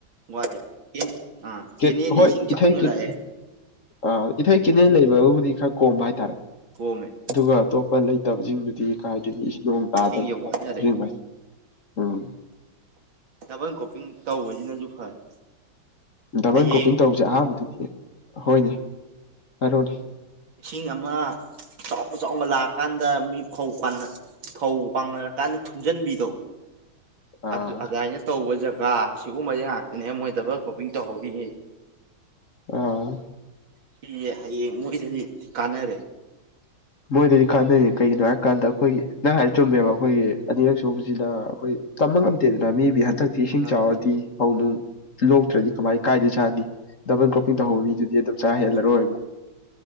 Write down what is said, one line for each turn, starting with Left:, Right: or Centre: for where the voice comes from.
Right: ꯋꯥꯔꯦ ꯑꯥ
Left: ꯀꯠ
Right: ꯀꯦꯅꯦꯜꯗꯤ
Left: ꯍꯣꯏ
Right: ꯏꯁꯤꯡ ꯆꯥꯎꯅ
Left: ꯏꯊꯩ ꯀꯠ
Right: ꯂꯥꯛꯑꯦ
Left: ꯑ ꯏꯊꯩ ꯀꯦꯠꯅꯦ ꯂꯩꯕ ꯕꯨꯗꯤ ꯈꯔ ꯀꯣꯝꯕ ꯍꯥꯏꯇꯥꯔꯦ
Right: ꯀꯣꯝꯃꯦ
Left: ꯑꯗꯨꯒ ꯑꯇꯣꯞꯄ ꯂꯩꯇꯕꯁꯤꯡꯗꯨꯗꯤ ꯀꯥꯏꯗꯒꯤ ꯅꯣꯡ ꯇꯥꯗꯅꯥꯏ
Right: ꯏꯁꯤꯡꯁꯦ ꯋꯥꯅꯔꯦ
Left: ꯎꯝ
Right: ꯕꯪ ꯀꯣꯄꯤꯡ ꯇꯧꯕꯁꯤꯅꯁꯨ ꯐꯔꯦ
Left: ꯗꯕꯜ
Right: ꯍꯌꯦꯡ
Left: ꯀ꯭ꯔꯣꯄꯤꯡ ꯇꯧꯕꯁꯦ ꯑꯍꯥꯟꯕꯗꯨꯗꯤ ꯍꯣꯏꯅꯦ ꯍꯥꯏꯔꯣꯅꯦ
Right: ꯏꯁꯤꯡ ꯑꯃ ꯆꯥꯎꯕ ꯆꯥꯎꯕ ꯂꯥꯛꯑꯀꯥꯟꯗ ꯃꯤ ꯐꯧ ꯄꯅ ꯐꯧ ꯋꯥꯡꯅꯔꯀꯥꯟꯗ ꯊꯨꯝꯖꯤꯟꯕꯤꯗꯣ
Left: ꯑꯥ
Right: ꯑꯗꯨ ꯑꯗꯨꯃꯥꯏꯅ ꯇꯧꯕ ꯖꯒꯥ ꯁꯤꯒꯨꯝꯕꯁꯦ ꯉꯥꯛꯇꯅꯦ ꯃꯣꯏ ꯗꯕꯜ ꯀꯣꯄꯤꯡ ꯍꯧꯕꯤ
Left: ꯑꯥ
Right: ꯁꯤꯁꯦ ꯍꯌꯦꯡ ꯃꯣꯏꯁꯤꯗꯤ ꯀꯥꯟꯅꯔꯦ
Left: ꯃꯣꯏꯗꯗꯤ ꯀꯥꯟꯅꯩ ꯀꯩꯒꯤꯅꯣ ꯍꯥꯏꯔ ꯀꯥꯟꯗ ꯑꯩꯈꯣꯏꯒꯤ ꯅ ꯆꯨꯝꯃꯦꯕ ꯑꯩꯈꯣꯏꯒꯤ ꯑꯅꯤꯔꯛꯁꯨꯕꯁꯤꯅ ꯑꯩꯈꯣꯏ ꯀꯝꯕ ꯉꯝꯗꯦꯗꯅ ꯃꯤꯟ ꯃꯊꯛꯇꯤ ꯏꯁꯤꯡ
Right: ꯉꯝꯗꯦ
Left: ꯆꯥꯎꯔꯗꯤ ꯍꯧꯅꯨꯡ ꯂꯣꯛꯇ꯭ꯔꯗꯤ ꯀꯃꯥꯏ ꯀꯥꯏꯗ ꯆꯥꯅꯤ ꯗꯕꯜ ꯀ꯭ꯔꯣꯄꯤꯡ ꯇꯍꯧꯕ ꯃꯤꯗꯨꯗꯤ ꯑꯗꯨꯝ ꯆꯥ ꯍꯦꯜꯂꯔꯣꯏꯕ
Right: ꯁꯨꯝ